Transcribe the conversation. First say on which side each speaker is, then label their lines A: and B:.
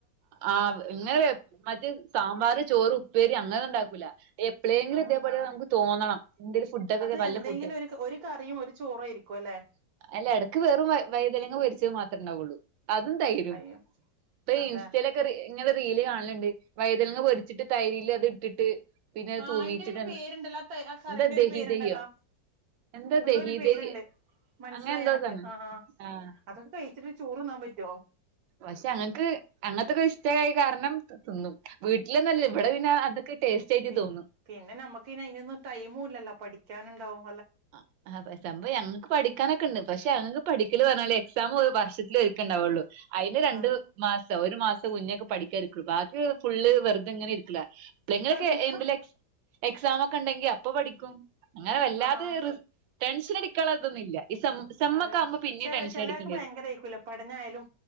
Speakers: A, on the right; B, on the right.
A: ആ ഇങ്ങനെ മറ്റേ സാമ്പാർ ചോറ് ഉപ്പേരി അങ്ങനെ ഉണ്ടാക്കൂല എപ്പോഴെങ്കിലും
B: ആ
A: ഇതേപോലെ നമുക്ക് തോന്നണം എന്തേും ഫുഡൊക്കെക്കെ
B: അത്
A: നല്ല
B: എന്തെങ്കിലും
A: ഫുഡ്
B: ഒരു ഒരു കറിയും ഒരു ചോറും ആയിരിക്കും അല്ലെ
A: അല്ല ഇടക്ക് വെറും വൈതനങ്ങ പൊരിച്ചത് മാത്രം ഇണ്ടാക്കുള്ളൂ അതും തൈരും
B: അയ്യോ
A: ഇ
B: അതെ
A: ഇങ്ങനെ റീല് കാണലുണ്ട് വൈതലങ്ങ പൊരിച്ചിട്ട് തൈരിൽ അത് ഇട്ടിട്ട് പിന്നെ
B: ആ
A: തൂമിച്ചിട്ട്
B: അയിന്റെ ഒരു പേരുണ്ടല്ലോ ആ കറിന്റെ
A: എന്താ ദഹി
B: ഒരു പേരുണ്ടല്ലോ
A: ദഹിയോ എന്താ
B: എന്തോ
A: ദഹി
B: ഒരു പേരുണ്ട്
A: ദഹി
B: മനസ്സിലായി
A: അങ്ങനെ എന്തോതാണ്
B: എനക്ക് ആ ആ
A: ആഹ്
B: അതൊക്കെ കഴിച്ചിട്ട് ചോറുന്നാൻ പറ്റുവോ?
A: പക്ഷേ ഞങ്ങക്ക് അങ്ങനത്തക്കെ ഇഷ്ടമായ കാരണം തിന്നും വീട്ടിലന്നുല്ല ഇവിടെ പിന്നെ അതൊക്കെ ടേസ്റ്റ് ആയിട്ട്
B: പി
A: തോന്നും
B: പിന്നെ നമ്മുക്ക് ഇതിനൊന്നും ടൈമും ഇല്ലല്ലോ പഠി ക്കാനുണ്ടാവും.
A: അ അതെ സംഭവം ഞങ്ങക്ക് പഠിക്കാനൊക്കെ ഇണ്ട് പക്ഷേ ഞങ്ങക്ക് പഠിക്കല് പറഞ്ഞാല് എക്സാം ഒരു വർഷത്തില് ഒരുക്കേ ഇണ്ടാവുള്ളു. അതിന്
B: ആ
A: രണ്ടു ദി മാസം ഒരു മാസം മുന്നെ ഒക്കെ പഠിക്കാരിക്കുള്ളു ബാക്കി ഫുള്ള് വെറുതെ ഇങ്ങനെ ഇരിക്കലാ ഇങ്ങളക്കെ
B: അത്
A: എന്തിലാ എക്സാം ഒക്കെ ഉണ്ടെങ്കില് അപ്പൊ പഠിക്ക <unintelligible> അങ്ങനെ വല്ലാതെ
B: അഹ്
A: ടെൻഷൻ അടിക്കാനുള്ള ഇതൊന്നും ഇല്ല ഈ സെം സെമ്മൊക്കെ
B: അതെയ
A: ആകുമ്പോ പിന്നേം
B: ച
A: ടെൻഷൻ
B: ചിലയാൾക്
A: അടിക്കേണ്ടി
B: ഭയങ്കര
A: വരും
B: ആയിക്കൂലെ പഠനയാലും